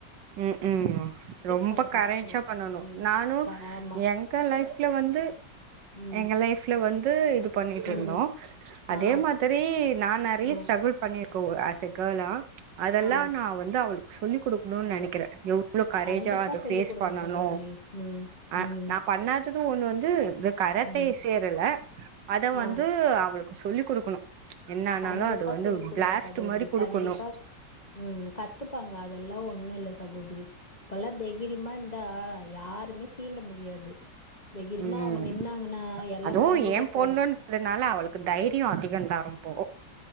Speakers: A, on the right; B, on the left.
A: உம் உம் ரொம்ப
B: பண்ண கத்துக்கணு
A: கரேன்ச்சா பண்ணணு
B: ம்
A: நானு
B: க ஆமா
A: எங்க லைஃப்ல வந்து
B: ம்
A: எங்க லைஃப்ல வந்து இது பண்ணிட்ருந்தோ
B: ம்
A: அதே
B: ஆ
A: மாதிரி நா நெறைய
B: ஆ
A: ஸ்ட்ரகுள் பண்ணிர்க் கோ ஆஸ் அ கேர்ளா அதெல்லா
B: ஆ
A: நா வந்து அவளுக் சொல்லி் குடு க்ணு நனைக்கிறே வ்ளோ கரேஜா
B: கண்டிப்பா
A: அத
B: சொல்லி
A: ஃபேஸ்
B: குடுங்க
A: பண்ணணு
B: சகோதரி ம்
A: அ
B: ம்
A: நா பண்ணாதது ஒன்னு வந்து இந்த கராத்தே
B: ம்
A: சேரல அத
B: ஆ
A: வந்து அவளுக் சொல்லி் குடுக்கணு என்ன ஆனாலு
B: கண்டிப்பா
A: அது வந்து
B: சொல்லி குடுங்க
A: பிளாஸ்ட்
B: சகோதரி
A: மாரி குடுக்கணு
B: கண்டிப்பா உம் கத்துப்பாங்க அதெல்லா ஒன்னுல்ல சகோதிரி இப்பல்லா தகிரிமா <unintelligible> தா யாருமே சீண்ட முடியாது தெகிரிமா
A: ம்
B: அவங்க நின்னாங்கன்னா எல்லா
A: அதுவு
B: பயந்து
A: ஏ
B: தா போணு
A: பொண்ணுன்றதுனால அவளுக்கு தைரியோ அதிகந்தா ரொம்போ